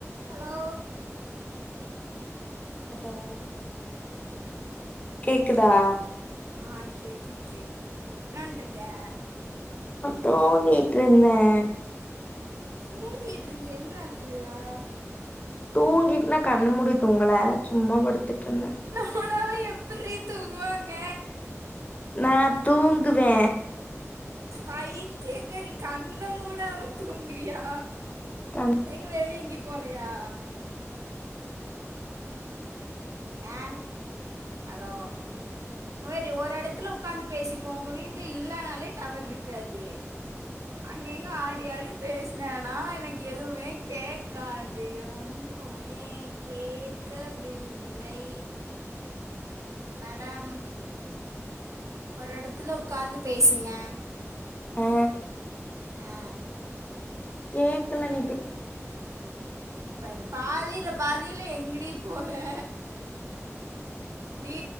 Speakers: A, on the right (about 80°); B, on the left (about 30°).
A: ஹலோ
B: ஹலோ கேக்குதா
A: ஆ கேக்குது கேக்குது என்ன பன்ட்டுருக்கே
B: தூங்கிட்ருந்தே
A: தூங்கிட்ருந்தியா இந்நேறத்துலையா
B: தூங்கிட்டுனா கண்ண மூடி தூங்கல சும்மா படுத் துட்ருந்தே
A: கோனாம எப்புட்றி தூங்குவாங்க
B: நா தூங்குவே
A: பைத்திய காரி கண்ண மூடாம தூங்குறியா
B: கண்
A: எங்க வெளிய எங்கியு போலையா ஆ ஹலோ இங்க பாரு ஒரு எடத்துல உக்காந்து பேசிக்கோ உங்க வீட்ல இல்லனாலே டவர் இருக்காது அங்கெங்க ஆடி ஆடி பேசுனேன்னா எனக்கு எதுவுமே கேக்காது ஒண்ணும் எனக்கு கேட்கவில்லை மேடம் ஒரு இடத்துல உக்காந்து பேசுங்க
B: ஆ
A: ஆ
B: கேக்குல நீ பே
A: பாரு பாதில பாதில எங்கடி போற டி